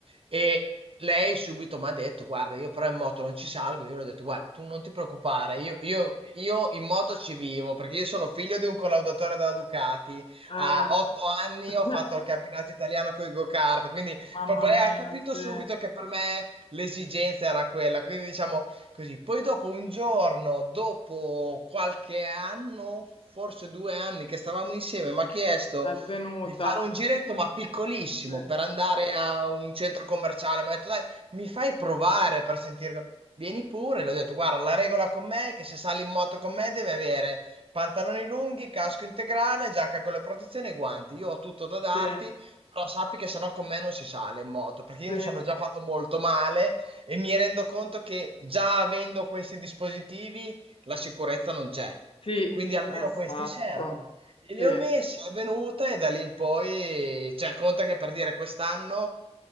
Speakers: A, on the right; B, on the left.
A: e lei subito mi ha detto guarda io però in moto non ci salgo, io le ho detto guarda tu non ti preoccupare, io, io- io in moto ci vivo perché io sono figlio di un collaudatore della Ducati,
B: Eh.
A: a otto anni
B: <laughs>
A: ho fatto il campionato italiano con i go-kart, quindi
B: Mamma
A: proprio
B: mia,
A: lei ha capito
B: sì,
A: subito
B: è
A: che per me l'esigenza era quella, quindi diciamo così. Poi dopo un giorno, dopo qualche anno, forse due anni che stavamo insieme, mi ha chiesto
B: venuta.
A: di fare un giretto, ma piccolissimo,
B: Sì,
A: per andare a un centro commerciale. Mi ha detto, dai, mi fai provare per sentire... Vieni pure, le ho detto, guarda, la regola con me è che se sali in moto con me deve avere pantaloni lunghi, casco integrale, giacca con le protezioni e guanti. Io ho tutto da darti,
B: sì,
A: però sappi che sennò con me non si sale in moto, perché io
B: sì,
A: mi sono già fatto molto male e mi rendo conto che già avendo questi dispositivi la sicurezza non c'è.
B: sì,
A: Quindi almeno
B: esatto.
A: questi servono. E
B: Sì,
A: li ho messi, è venuta e da lì in poi, cioè, conta che per dire quest'anno.